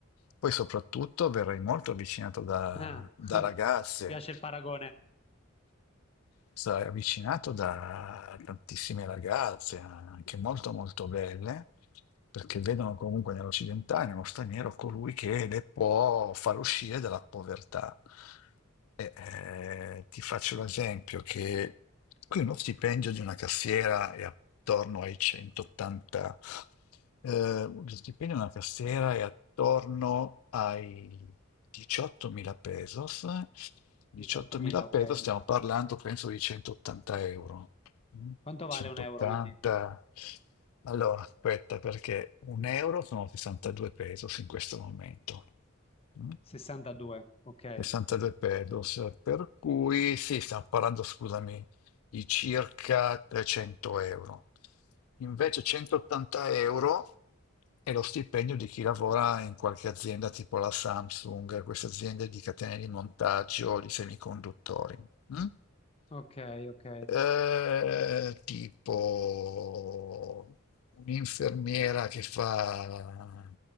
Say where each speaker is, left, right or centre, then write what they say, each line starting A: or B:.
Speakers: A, on the left (about 85°); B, on the left (about 30°).
A: Poi soprattutto verrai molto avvicinato da,
B: Ah, <laughs>
A: da ragazze,
B: mi piace il paragone.
A: sarai avvicinato da tantissime ragazze, anche molto molto belle, perché vedono comunque nell'occidentale, nello straniero, colui che le può far uscire dalla povertà. E, eh, ti faccio l'esempio che qui uno stipendio di una cassiera è attorno ai 180.000 eh, lo stipendio della cassiera è attorno ai 18.000 pesos. 18.000
B: 18.000, ok.
A: pesos, stiamo parlando penso di 180 euro. Mm?
B: Quanto
A: 180.
B: vale un euro quindi?
A: Allora, aspetta, perché un euro sono 62 pesos in questo momento. Mm?
B: 62, ok.
A: 62 pesos, per cui sì, stiamo parlando, scusami di circa 300 euro. Invece 180 euro è lo stipendio di chi lavora in qualche azienda tipo la Samsung, queste aziende di catene di montaggio di semiconduttori. mm?
B: Ok, ok,
A: Eh, tipo un'infermiera che fa